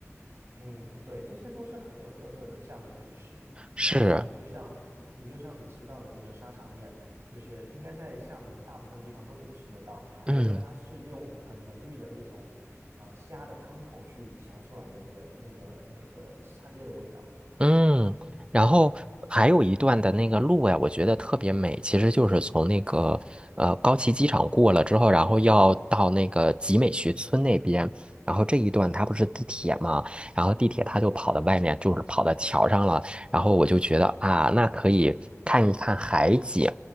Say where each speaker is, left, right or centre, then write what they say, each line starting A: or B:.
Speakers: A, on the right; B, on the right.
A: 嗯，对，这些都是很有特色的厦门美食。
B: 是，
A: 那你就像你就像你吃到的那个沙茶面，就是应该在厦门大部分地方都能吃得到。然后它是用很浓郁的那种呃虾的汤头去调出来的那个那个那个沙爹的味道，
B: 嗯。嗯，然后还有一段的那个路呀，我觉得特别美，其实就是从那个呃高崎机场过了之后，然后要到那个集美学村那边，然后这一段它不是地铁嘛，然后地铁它就跑到外面，就是跑到桥上了，然后我就觉得啊，那可以看一看海景，